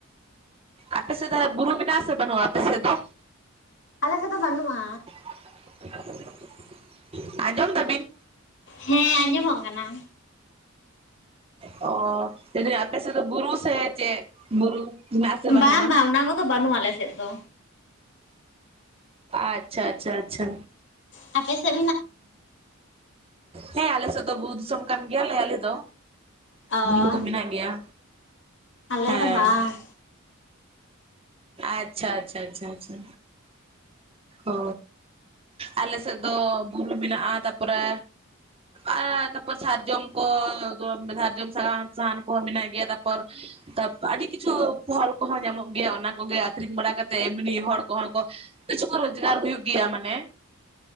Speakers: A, on the right (about 30°); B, on the left (about 60°).
A: ᱟᱯᱮ ᱥᱮ ᱫᱚ ᱵᱩᱨᱩ ᱢᱮᱱᱟᱜ-ᱟ ᱥᱮ ᱵᱟᱹᱱᱩᱜ-ᱟ ᱟᱯᱮ ᱥᱮᱫ ᱫᱚ
B: ᱟᱞᱮᱥᱮᱫ ᱫᱚ ᱵᱟᱹᱱᱩᱜᱼᱟ
A: <inaudible> ᱟᱸᱡᱚᱢ ᱫᱟᱵᱤᱱ
B: ᱦᱮᱸ ᱟᱸᱡᱚᱢᱚᱜ ᱠᱟᱱᱟ
A: ᱚ ᱞᱟᱹᱭᱫᱟᱹᱧ ᱟᱯᱮ ᱥᱮᱫ ᱫᱚ ᱵᱩᱨᱩ ᱥᱮ ᱪᱮᱫ ᱵᱩᱨᱩ ᱢᱮᱱᱟᱜ ᱟᱥᱮ ᱵᱟᱹᱱᱩᱜᱼᱟ
B: ᱵᱟᱝ ᱵᱟᱝ ᱚᱱᱟ ᱠᱚᱫᱚ ᱵᱟᱹᱱᱩᱜᱼᱟ ᱟᱞᱮᱥᱮᱫ ᱫᱚ
A: ᱟᱪᱪᱷᱟ ᱟᱪᱪᱷᱟ ᱟᱪᱪᱷᱟ
B: ᱟᱯᱮ ᱥᱮ
A: ᱦᱮᱸ ᱟᱞᱮ ᱥᱮᱫ ᱫᱚ ᱵᱩᱨᱩ ᱫᱤᱥᱚᱢ ᱠᱟᱱ ᱜᱮᱭᱟᱞᱮ ᱟᱞᱮ ᱫᱚ
B: ᱚ
A: ᱱᱚᱣᱟ <unintelligible> ᱠᱚᱫᱚ ᱢᱮᱱᱟᱜ ᱜᱮᱭᱟ
B: ᱟᱞᱮ
A: ᱦᱮᱸ
B: ᱫᱚ ᱵᱟᱝ
A: ᱟᱪᱪᱷᱟ ᱟᱪᱪᱷᱟ ᱟᱪᱪᱷᱟ ᱟᱪᱪᱷᱟ ᱚ ᱟᱞᱮ ᱥᱮᱫ ᱫᱚ ᱵᱩᱨᱩ ᱢᱮᱱᱟᱜᱼᱟ ᱛᱟᱨᱯᱚᱨᱮ ᱟᱨ ᱛᱟᱨᱯᱚᱨ ᱥᱟᱨᱡᱚᱢ ᱠᱚ ᱥᱟᱨᱡᱚᱢ ᱥᱟᱦᱟᱱ ᱥᱟᱦᱟᱱ ᱠᱚ ᱢᱮᱱᱟᱜ ᱜᱮᱭᱟ ᱛᱟᱨᱯᱚᱨ ᱛᱟᱯ ᱟᱹᱰᱤ ᱠᱤᱪᱷᱩ ᱯᱷᱚᱞ ᱠᱚᱦᱚᱸ ᱧᱟᱢᱚᱜ ᱚᱱᱟ ᱠᱚᱜᱮ ᱟᱠᱷᱨᱤᱧ ᱵᱟᱲᱟ ᱠᱟᱛᱮᱜ ᱮᱢᱱᱤ ᱦᱚᱲ ᱠᱚᱦᱚᱸ ᱠᱚ ᱠᱤᱪᱷᱩ ᱠᱚ ᱨᱚᱡᱽᱜᱟᱨ ᱦᱩᱭᱩᱜ ᱜᱮᱭᱟ ᱢᱟᱱᱮ